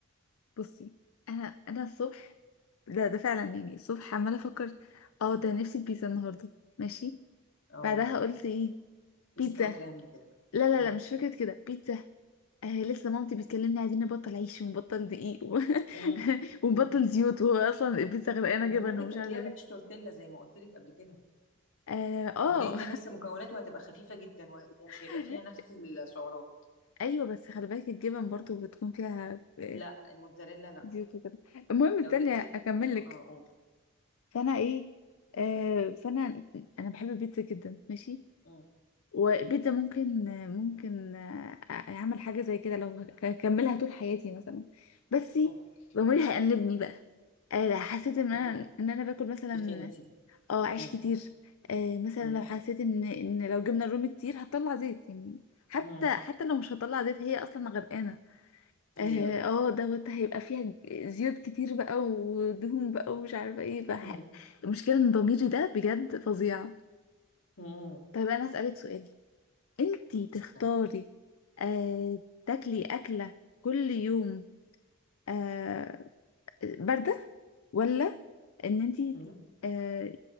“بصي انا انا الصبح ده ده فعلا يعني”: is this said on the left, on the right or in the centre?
Left